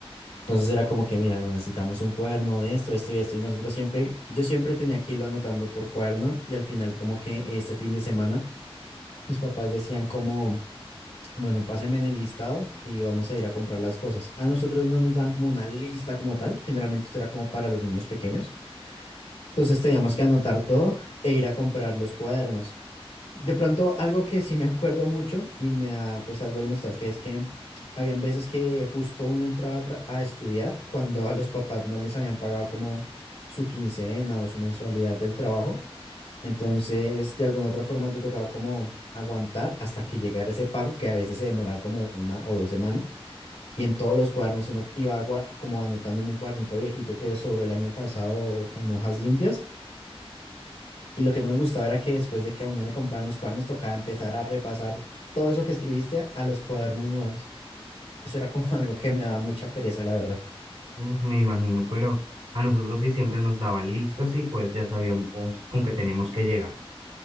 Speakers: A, on the left (about 80°); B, on the right (about 60°).
A: Entonces era como que, mira, no necesitamos un cuaderno de esto, esto y esto. Y nosotros siempre, yo siempre tenía que irlo anotando por cuaderno y al final como que ese fin de semana mis papás decían como, bueno, pásenme en el listado y vamos a ir a comprar las cosas. A nosotros no nos dan como una lista como tal, generalmente esto era como para los niños pequeños entonces teníamos que anotar todo e ir a comprar los cuadernos. De pronto, algo que sí me acuerdo mucho y me da pues algo de nostalgia es que habían veces que justo uno entraba a, tra- a estudiar cuando a los papás no les habían pagado como su quincena o su mensualidad del trabajo. Entonces, de alguna otra forma te tocaba como aguantar hasta que llegara ese pago que a veces se demoraba como una o dos semanas. Y en todos los cuadernos uno iba gua- como anotando en un cuadernito viejito que sobró el año pasado con hojas limpias y lo que no me gustaba era que después de que a uno le compraban los cuadernos, tocaba empezar a repasar todo eso que escribiste a los cuadernos nuevos. Eso era como <laughs> algo que me daba mucha pereza, la verdad.
B: Pues, me imagino, pero a nosotros sí siempre nos daban listas y pues ya sabíamos con qué teníamos que llegar.